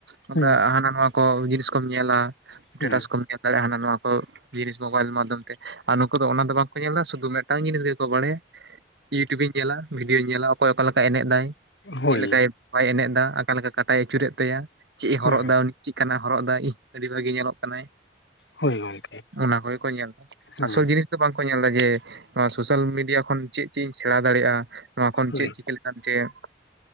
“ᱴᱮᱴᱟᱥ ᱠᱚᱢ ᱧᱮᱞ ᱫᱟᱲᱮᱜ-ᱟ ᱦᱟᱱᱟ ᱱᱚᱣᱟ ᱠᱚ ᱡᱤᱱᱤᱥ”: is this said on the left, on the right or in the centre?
Right